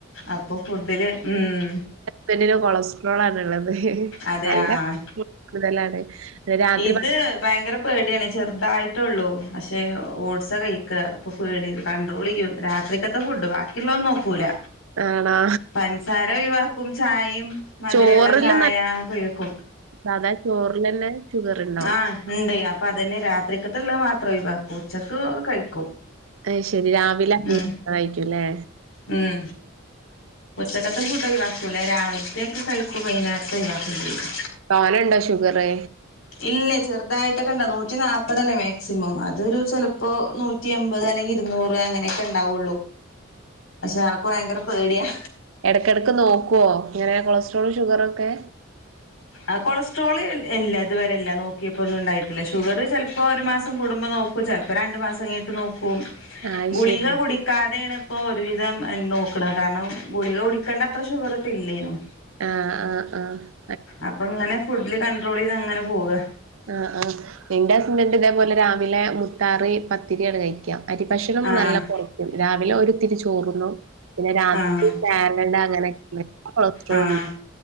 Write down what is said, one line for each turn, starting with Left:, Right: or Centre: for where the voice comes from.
Left: അപ്പൊ ഫുഡില് ഉം
Right: പിന്നെ കൊളസ്ട്രോൾ ആണ്ള്ളത്
Left: അതെ
Right: നല്ല
Left: ആഹ്
Right: കൊള്ടോൾ കൂടുതലാണ് രാത്രി
Left: ഇത്
Right: ഭക്ഷണം
Left: ഭയങ്കര പേടിയാണ് ചെറുതായിട്ടുള്ളൂ പക്ഷെ ഓഡ്സ കഴിക്ക ഇപ്പോൾ പേടി കൺട്രോൾ ചെയ്യും രാത്രിക്കകത്തെ ഫുഡ് ബാക്കിള്ളന്ന് നോക്കൂല്ല
Right: ആണോ?
Left: പൻസാര ഒയിവ ക്കും ചായയും മധുരള്ള
Right: ചോറില്
Left: ചായ
Right: നല്ല
Left: കുയക്കും
Right: സാധാ ചോറിലന്നെ ഷുഗർണ്ടാവും.
Left: ആഹ് ഇണ്ടേയ് അപ്പൊ അതന്നെ രാത്രിക്കത്തള്ള മാത്ര ഒഴിവാക്കും ഉച്ചക്ക് കഴിക്കും
Right: അയ് ശരി രാവിലെ
Left: ഉം
Right: അ ആയിക്കല്ലേ
Left: ഉം ഒറ്റക്കത്ത് ഫുഡ ഒഴിവാക്കുല്ല രാവിലത്തെയ ഒക്കെ കഴിക്കും വൈകുന്നേരത്ത ഒഴിവാക്കുംണ്ട് ചെയ്യും
Right: തോനണ്ടോ ഷുഗറ്
Left: ഇല്ലേ ചെറുതായിട്ടൊക്കെണ്ട നൂറ്റി നാല്പ്പതല്ലേ മാക്സിമം അതൊരു ചിലപ്പോ നൂ റ്റി അമ്പത് അല്ലെങ്കിൽ ഇരുന്നൂറ് അങ്ങനെയൊക്കെ ഉണ്ടാവുള്ളൂ പക്ഷെ ആൾക്ക് ഭയങ്കര പേടിയാ
Right: ഇടക്കിടക്ക് നോക്കുവോ ഇങ്ങനെ കൊളസ്ട്രോൾ ഷുഗറൊക്കെ
Left: ആ കൊളസ്ട്രോള് ഇല്ല ഇതുവരെല്ല നോക്കിയപ്പോ ഒന്നും ഉണ്ടായിട്ടില്ല ഷുഗറ് ചേലപ്പോ ഒരു മാസം കൂടുമ്പോ നോ ചൽപ്പം രണ്ടു മാസം കെയ്ഞ്ട്ട് നോക്കും
Right: അയ്
Left: ഗുളിക
Right: ശരി
Left: കുടി ക്കാതേണ് ഇപ്പോ ഒരു വിധം നോക്ണത് കാര്ണം ഗുളിക കുടിക്കേണ്ട അത്ര ഷുഗർ ഇട്ടില്ലേനും.
Right: ഏഹ് ആഹ് ആ.
Left: അപ്പൊ ങ്ങനെ ഫുഡില് കണ്ടട്രോളീത് അങ്ങനെ പോവ്വാ.
Right: ആഹ് ആ ഇന്റെ ഹസ്ബന്റ് ഇതേപോലെ രാവിലെ മുത്താറി പത്തിരിയണ് കഴിക്കാ. അരിഭക്ഷണം
Left: ആഹ്
Right: നല്ല കൊറയ്ക്കും രാവിലെ ഒരുത്തിരി ചോറുന്നു പിന്നെ രാത്രി
Left: ആഹ്
Right: ന്താ അങ്ങനെ <unintelligible> കൊളസ്ട്രോൾ
Left: ആഹ്